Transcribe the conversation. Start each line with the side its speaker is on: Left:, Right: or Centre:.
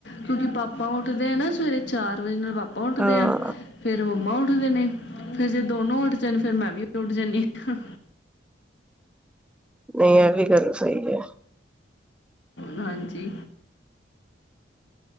Left: ਕਿਉਂਕਿ ਪਾਪਾ ਉੱਠਦੇ ਆ ਨਾ ਸਵੇਰੇ ਚਾਰ ਵਜੇ ਨਾਲ, ਪਾਪਾ ਉਠਦੇ
Centre: ਹਾਂ
Left: ਆ ਫਿਰ ਮੰਮਾ ਮੰਮਾ ਉੱਠਦੇ ਨੇ, ਫੇਰ ਜੇ ਦੋਨੋਂ ਉੱਠ ਜਾਣ ਫੇਰ ਮੈਂ ਵੀ ਉੱਠ ਜਾਂਨੀ ਆ
Centre: ਨਹੀਂ ਐ ਵੀ ਚਲੋ ਸਹੀ ਹੈ
Left: ਹਾਂਜੀ